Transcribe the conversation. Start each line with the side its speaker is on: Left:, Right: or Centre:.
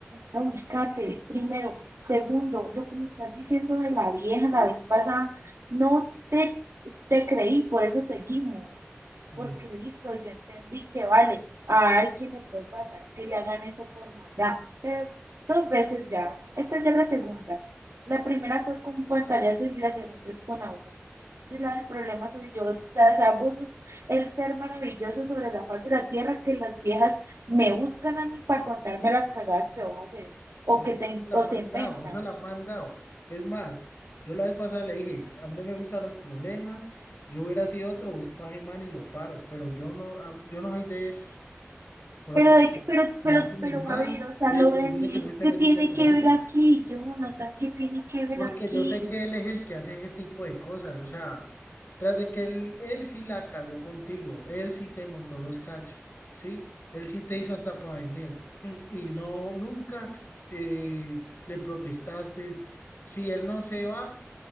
Right: ubícate, primero. Segundo, lo que me estás diciendo de la vieja la vez pasada, no te, te creí, por eso seguimos.
Left: Uy,
Right: Porque listo, yo entendí que vale, a alguien le puede pasar que le hagan eso por maldad, pero dos veces ya. Esta ya es la segunda. La primera fue con pantallazo y la segunda es con abuso. Entonces, la del problema soy yo. O sea, o sea, vos sos el ser maravilloso sobre la faz de la tierra que las viejas me buscan a mí para contarme las cagadas que vos haces o
Left: eso
Right: que te,
Left: se la
Right: o
Left: han
Right: se
Left: mandado,
Right: inventan.
Left: eso la han mandado. Es más, yo la vez pasada le dije, a mí no me gustan los problemas, yo hubiera sido otro, busco a Germán y lo paro, pero yo no, ah, yo no soy de eso. prote,
Right: Pero, de, que- pero,
Left: hablar
Right: pero,
Left: con mi
Right: pero,
Left: hermano,
Right: a ver, o sea,
Left: eh,
Right: lo
Left: decirle
Right: de mi
Left: que no
Right: ex,
Left: se esté
Right: ¿qué
Left: metiendo
Right: tiene
Left: conmigo.
Right: que ver aquí? Jonathan, ¿qué tiene que ver
Left: Porque
Right: aquí?
Left: yo sé que él es el que hace ese tipo de cosas. O sea, tras de que él, él sí la cagó contigo, él sí te montó los cachos, ¿sí? Él sí te hizo hasta para vender. <clears throat> Y no, nunca eh, le protestaste. Si él no se va,